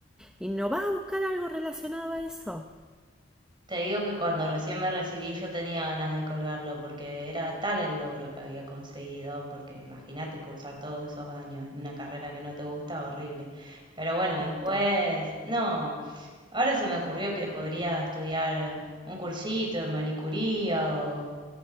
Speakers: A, in the centre; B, on the right.
A: y, y no vas a buscar algo relacionado a eso?
B: te digo que cuando recién me recibí yo tenía ganas de colgarlo porque era tal el logro que había conseguido, porque imagínate cursar todos esos años en una carrera que no te gusta, horrible. Pero bueno, después,
A: Un montón.
B: no, ahora se me ocurrió que podría estudiar un cursito de manicuría o,